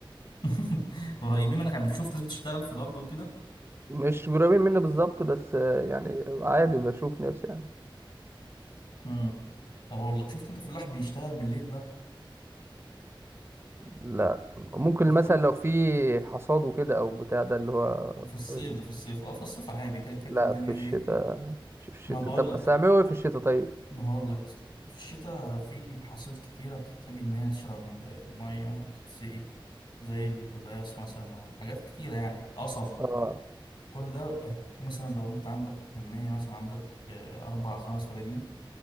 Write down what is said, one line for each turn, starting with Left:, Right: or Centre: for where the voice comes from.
Left: <laughs> قريبين منك عم بتشوف ناس بتشتغل في الأرض وكده
Right: مش قريبين مني بالظبط بس آه، يعني عادي بشوف ناس يعني
Left: امم طب أقول لك شفت أنت فلاح بيشتغل بالليل
Right: لا ممكن
Left: بقى
Right: مثلا لو في حصاد وكده او بتاع ده اللي هو
Left: في الصيف
Right: ال-
Left: ده في الصيف اه في الصيف عادي كده كده
Right: لا
Left: الدنيا
Right: في الشتاء
Left: ايه
Right: في الشتاء
Left: ما بقول
Right: طب
Left: لك
Right: اصل اعملوا ايه في الشتاء طيب
Left: ما هقول لك اصلا في الشتاء في محاصيل كتيرة بتحتاج إن هي تشرب مية تتسقي زي القلقاس مثلا حاجات كتيرة يعني قصب
Right: اه
Left: كل ده آه، بتكون مثلا لو أنت عندك كمية مثلا عندك آه، أربع خمس فدادين